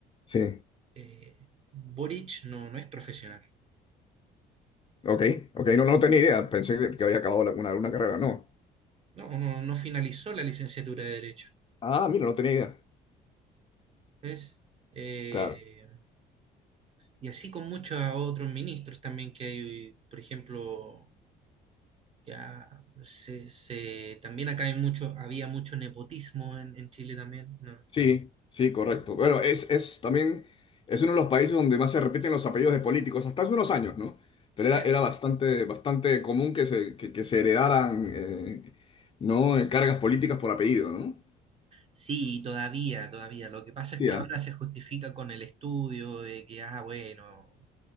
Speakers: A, on the left; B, on the right.
A: Sí.
B: eh, Boric no, no es profesional,
A: Ok, ok, no, no tenía idea. Pensé que que había acabado la- una, una carrera, no.
B: no, no, no finalizó la licenciatura de Derecho,
A: Ah, mira, no tenía idea.
B: ¿ves? Eh,
A: Claro.
B: y así con muchos otros ministros también que hay, por ejemplo, ya se, se- también acá hay mucho, había mucho nepotismo en, en Chile también, ¿no?
A: Sí, sí, correcto. Bueno, es, es también, es uno de los países donde más se repiten los apellidos de políticos, hasta hace unos años, ¿no?
B: Sí,
A: Pero era, era bastante, bastante común que se, que, que se heredaran, eh, ¿no? Eh, Cargas políticas por apellido, ¿no?
B: sí, todavía, todavía. Lo que pasa
A: Sí,
B: es que
A: ah,
B: ahora se justifica con el estudio de que, ah, bueno,